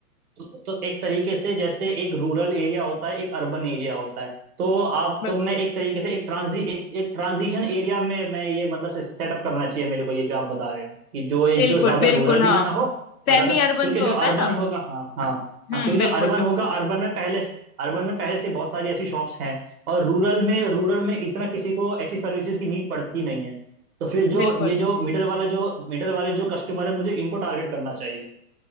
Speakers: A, on the right; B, on the left.
A: तो, तो एक तरीके से जैसे एक रूरल एरिया होता है एक अर्बन एरिया होता है तो आप
B: बिल्कुल
A: तो मैं एक तरीके से एक ट्रांजी एक, एक ट्रांजिशन एरिया में मैं ये मतलब से सेटअप करना चाहिए मेरे को ये जो आप बता रहे हो कि जो एक
B: बिल्कुल
A: जो ज्यादा
B: बिल्कुल
A: रूरल भी
B: हाँ
A: ना हो और
B: सेमी
A: ज्यादा
B: अर्बन
A: क्योंकि
B: जो
A: जो
B: होता
A: अर्बन
B: है ना
A: होगा हाँ हाँ
B: हम्म
A: हाँ क्योंकि
B: बिल्कुल
A: जो अर्बन
B: बिल्कुल
A: होगा अर्बन में पहले अर्बन में पहले से बहुत सारी ऐसी शॉप्स हैं और रूरल में रूरल में इतना किसी को ऐसी सर्विसेज की नीड पड़ती नहीं है तो फिर जो
B: बिल्कुल
A: ये जो मिडल वाला जो मिडल वाले जो कस्टमर है मुझे इनको टारगेट करना चाहिए